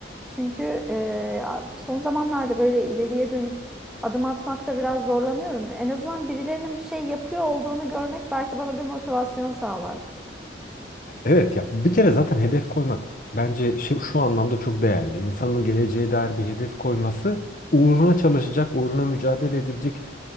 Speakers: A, in the centre; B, on the left.
A: Çünkü e, son zamanlarda böyle ileriye dönük adım atmakta biraz zorlanıyorum. En azından birilerinin bir şey yapıyor olduğunu görmek belki bana bir motivasyon sağlar.
B: Evet ya bir kere zaten hedef koymak bence şu, şu anlamda çok değerli. İnsanın geleceğe dair bir hedef koyması uğruna çalışacak, uğruna mücadele edilecek